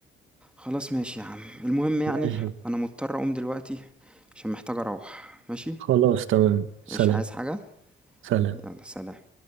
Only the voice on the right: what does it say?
ماشي
خلاص تمام سلام
سلام